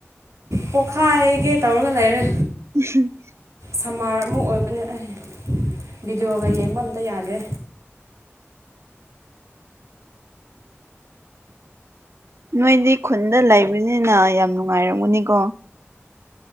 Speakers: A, on the right (about 85°); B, on the right (about 65°).
A: ꯄꯣꯛꯈꯥꯏꯒꯦ ꯇꯧꯔꯒ ꯂꯩꯔꯦ
B: <unintelligible>
A: ꯁꯃꯥꯔ ꯑꯃ ꯑꯣꯏꯕꯅꯦ ꯑꯩ ꯚꯗꯤꯑꯣꯒ ꯌꯦꯡꯕ ꯑꯝꯇ ꯌꯥꯗꯦ
B: ꯅꯣꯏꯗꯤ ꯈꯨꯟꯗ ꯂꯩꯕꯅꯤꯅ ꯌꯥꯝ ꯅꯨꯡꯉꯥꯏꯔꯝꯃꯅꯤꯀꯣ